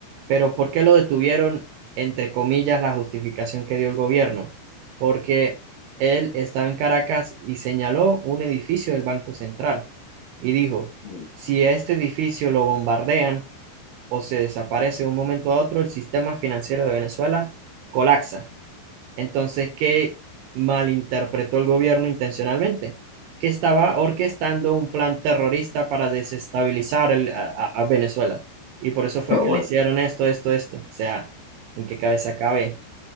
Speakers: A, on the right; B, on the left.
A: Pero ¿por qué lo detuvieron? Entre comillas, la justificación que dio el gobierno. Porque él estaba en Caracas y señaló un edificio del Banco Central y dijo,
B: <laughs>
A: si este edificio lo bombardean o se desaparece de un momento a otro, el sistema financiero de Venezuela colapsa. Entonces, ¿qué malinterpretó el gobierno intencionalmente? Que estaba orquestando un plan terrorista para desestabilizar el- a, a- a Venezuela. Y por eso fue
B: Ah, bueno,
A: que le hicieron esto, esto, esto. O sea, ¿en qué cabeza cabe?